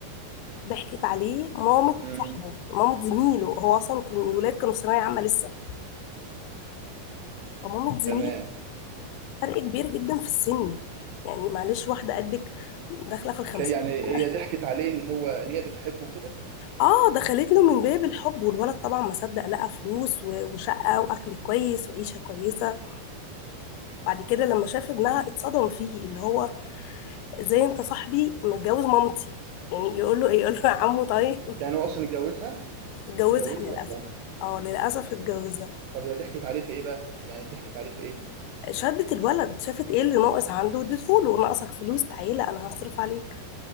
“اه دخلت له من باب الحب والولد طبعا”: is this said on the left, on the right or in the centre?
Left